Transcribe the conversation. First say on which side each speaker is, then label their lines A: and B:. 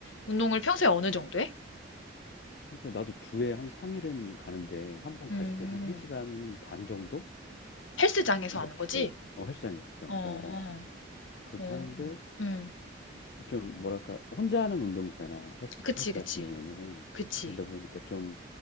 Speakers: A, on the left; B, on the left.
A: 운동을 평소에 어느 정도 해?
B: 평소에 나도 주에 한 3일은 가는데 한 번
A: 음,
B: 갈 때 한 1시간 반 정도
A: 헬스장에서
B: 이렇게
A: 하는 거지?
B: 어, 헬스장에서
A: 어,
B: 어, 어.
A: 어,
B: 그렇게
A: 어,
B: 하는데
A: 음,
B: 좀 뭐랄까 혼자 하는 운동이잖아. 헬스,
A: 그치,
B: 헬스
A: 그치,
B: 같은 경우에는.
A: 그치,
B: 그러다 보니까 좀